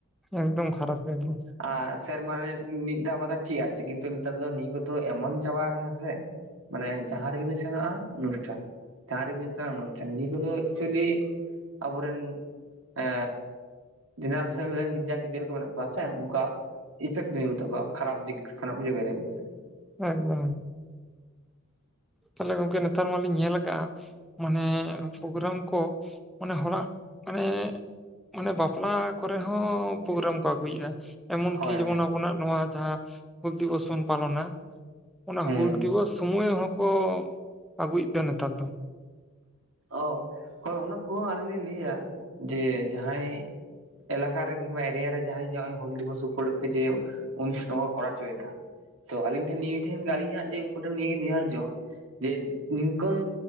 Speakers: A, in the centre; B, on the right.
A: ᱮᱠᱫᱚᱢ ᱠᱷᱟᱨᱟᱯ ᱜᱮ ᱮᱠᱫᱚᱢ
B: ᱟ ᱥᱮᱨᱢᱟᱨᱮ ᱢᱤᱜ ᱫᱷᱟ ᱵᱟᱝ ᱫᱷᱟ ᱴᱷᱤᱠ ᱟᱪᱮ ᱠᱤᱱᱛᱩ ᱱᱮᱛᱟᱨ ᱫᱚ ᱱᱤᱭᱟᱹ ᱠᱚᱫᱚ ᱮᱢᱚᱱ ᱪᱟᱵᱟ ᱠᱟᱱᱟ ᱥᱮ ᱢᱟᱱᱮ ᱡᱟᱦᱟᱸ ᱨᱮᱜᱮᱵᱤᱱ ᱥᱮᱱᱚᱜᱼᱟ ᱚᱱᱩᱥᱴᱷᱟᱱ ᱡᱟᱦᱟᱸ ᱨᱮᱵᱤᱱ ᱥᱮᱬᱟ ᱚᱱᱩᱥᱴᱷᱟᱱ ᱱᱤᱭᱟᱹ ᱠᱚᱫᱚ ᱮᱠᱪᱩᱭᱞᱤ ᱟᱵᱚᱨᱮᱱ ᱮ ᱡᱮᱱᱟᱨᱮᱥᱮᱱ ᱨᱮᱱ ᱡᱟ ᱜᱤᱫᱟᱹᱨ ᱠᱚ ᱢᱮᱱᱟᱜ ᱠᱚᱣᱟ ᱥᱮ ᱚᱱᱠᱟ ᱤᱯᱷᱮᱠᱴ ᱨᱮ ᱱᱩᱨᱩᱜ ᱛᱟᱠᱚᱣᱟ ᱠᱷᱟᱨᱟᱯ ᱫᱤᱠ ᱠᱷᱚᱱᱟᱜ ᱵᱩᱡᱷᱟᱹᱣ ᱠᱮᱫᱟ ᱵᱤᱱ ᱥᱮ
A: ᱮᱠᱫᱚᱢ ᱮᱠ ᱛᱟᱦᱞᱮ ᱜᱚᱝᱠᱮ ᱱᱮᱛᱟᱨ ᱢᱟᱞᱤᱧ ᱧᱮᱞ ᱟᱠᱟᱜᱼᱟ᱾ ᱢᱟᱱᱮᱻ ᱯᱳᱜᱨᱟᱢ ᱠᱚ ᱢᱟᱱᱮ ᱦᱚᱲᱟᱜ ᱢᱟᱱᱮ ᱢᱟᱱᱮ ᱵᱟᱯᱞᱟ ᱠᱚᱨᱮ ᱦᱚᱸᱻ ᱯᱳᱜᱨᱟᱢ ᱠᱚ ᱟᱹᱜᱩᱭᱮᱜᱼᱟ ᱮᱢᱚᱱ
B: ᱦᱳᱭ
A: ᱠᱤ ᱡᱮᱢᱚᱱ ᱟᱵᱚᱱᱟᱜ ᱱᱚᱣᱟ ᱡᱟᱦᱟᱸ ᱦᱩᱞ ᱫᱤᱵᱚᱥ ᱵᱚᱱ ᱯᱟᱞᱚᱱᱟ ᱚᱱᱟ
B: ᱦᱩᱸ
A: ᱦᱩᱞ ᱫᱤᱵᱚᱥ ᱥᱩᱢᱟᱹᱭ ᱦᱚᱸᱠᱚ ᱟᱹᱜᱩᱭᱮᱫᱫᱟ ᱱᱮᱛᱟᱨ ᱫᱚ
B: ᱚ ᱦᱳᱭ ᱚᱱᱟ ᱠᱚᱦᱚᱸ ᱟᱹᱞᱤᱧ ᱞᱤᱧ ᱞᱟᱹᱭᱟ ᱡᱮ ᱡᱟᱦᱟᱸᱭ ᱮᱞᱟᱠᱟ ᱨᱮᱜᱤ ᱠᱤᱢᱟ ᱮᱨᱤᱭᱟ ᱨᱮ ᱡᱟᱦᱟᱸᱭ ᱡᱚ ᱦᱚᱸᱜᱼᱚᱭ ᱦᱩᱞ ᱫᱤᱵᱚᱥ ᱩᱯᱚᱞᱚᱠᱠᱷᱮ ᱡᱮ ᱩᱱᱤᱥ ᱠᱚᱸᱜᱚ ᱠᱚᱨᱟᱣ ᱪᱚᱭᱫᱟ᱾ ᱛᱚ ᱟᱹᱞᱤᱧ ᱴᱷᱮᱱ ᱱᱤᱭᱟᱹ ᱴᱷᱮᱱ ᱟᱹᱞᱤᱧᱟᱜ ᱡᱮ ᱩᱱᱠᱩ ᱴᱷᱮᱱ ᱱᱤᱭᱟᱹᱜᱮ ᱱᱤᱦᱟᱨᱡᱚ ᱡᱮ ᱱᱤᱝᱠᱚᱱ